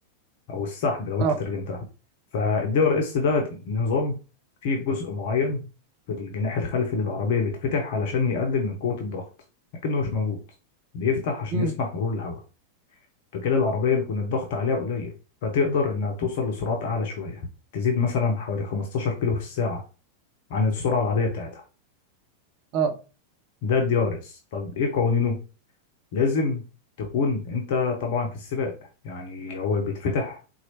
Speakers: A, on the left; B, on the right.
A: او السحب لو
B: اه
A: انت ترجمتها فالدي ار اس ده نظام فيه جزء معين في الجناح الخلفي للعربية بيتفتح علشان يقلل من قوة الضغط لكنه مش موجود بيفتح عشان
B: امم
A: يسمح مرور الهواء فكده العربية بيكون الضغط عليها قليل فتقدر إنها توصل لسرعات أعلى شوية تزيد مثلا حوالي 15 كيلو في الساعة عن السرعة العادية بتاعتها
B: اه
A: ده الدي ار اس طب إيه قوانينه؟ لازم تكون أنت طبعا في السباق يعني هو بيتفتح